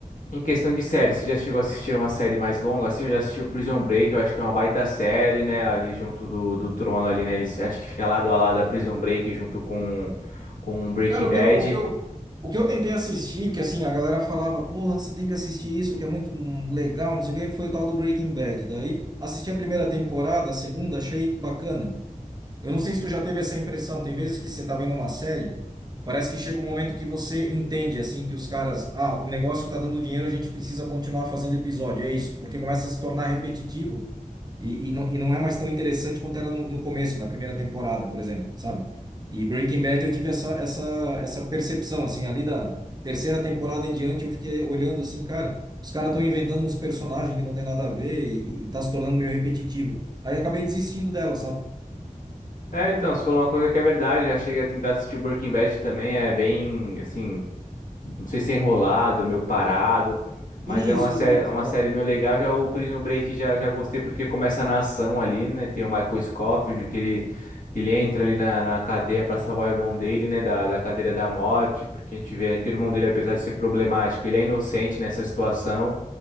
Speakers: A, on the left; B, on the right.
A: em questão de série, você já chegou a assistir uma série mais longa, assim, eu já assisti o Prison Break, eu acho que é uma baita série, né, ali junto do, do Trono ali, né, ele se- acho que fica lado a lado a Prison Break junto com, com Breaking
B: Cara,
A: Bad.
B: o que eu, o que eu, o que eu tentei assistir, que assim, a galera falava, porra, você tem que assistir isso, que é muito hum, legal, não sei o quê, foi o tal do Breaking Bad. Daí assisti a primeira temporada, a segunda, achei bacana. Eu não sei se tu já teve essa impressão. Tem vezes que você tá vendo uma série, parece que chega um momento que você entende, assim, que os caras, ah, o negócio tá dando dinheiro, a gente precisa continuar fazendo episódio. É isso, porque começa a se tornar repetitivo e, e, não, e não é mais tão interessante quanto era no, no começo, na primeira temporada, por exemplo, sabe? E Breaking Bad eu tive essa, essa, essa percepção, assim, ali da terceira temporada em diante eu fiquei olhando assim, cara, os caras estão inventando uns personagens que não tem nada a ver e, e tá se tornando meio repetitivo. Aí acabei desistindo dela, sabe?
A: É, então, você falou uma coisa que é verdade, já cheguei a tentar assistir o Breaking Bad também, é bem, assim, Não sei se é enrolado, meio parado. Mas
B: Isso,
A: é uma série,
B: exato,
A: uma
B: exato.
A: série meio legal. Já o Prison Break já, já gostei porque começa na ação ali, né? Tem o Michael Scofield que ele, que ele entra ali na, na cadeia para salvar o irmão dele, né? Da, da cadeira da morte. Porque a gente vê que o irmão dele, apesar de ser problemático, ele é inocente nessa situação.